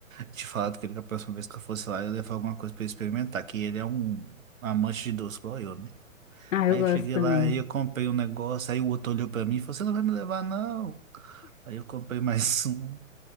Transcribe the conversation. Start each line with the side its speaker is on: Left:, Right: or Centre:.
Right: Tinha falado que ele, que a próxima vez que eu fosse lá, eu ia levar alguma coisa pra ele experimentar, que ele é um amante de doce, igual eu, né?
Left: Ah,
Right: Aí
Left: eu gosto
Right: eu cheguei
Left: também.
Right: lá, aí eu comprei um negócio, aí o outro olhou pra mim e falou, você não vai me levar, não? Aí eu comprei mais um.